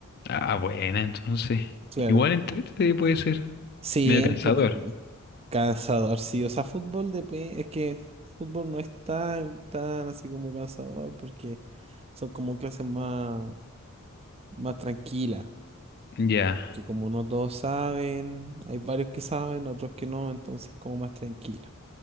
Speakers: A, on the left; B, on the right.
A: Ah, buena, entonces.
B: Claro.
A: Igual entrete puede ser.
B: Sí,
A: Medio
B: entretenido.
A: cansador.
B: Cansador, sí, o sea, fútbol depe- es que fútbol no es tan, tan así como cansador porque son como clases más, más tranquilas.
A: Ya.
B: que como no todos saben, hay varios que saben, otros que no, entonces como más tranquilo.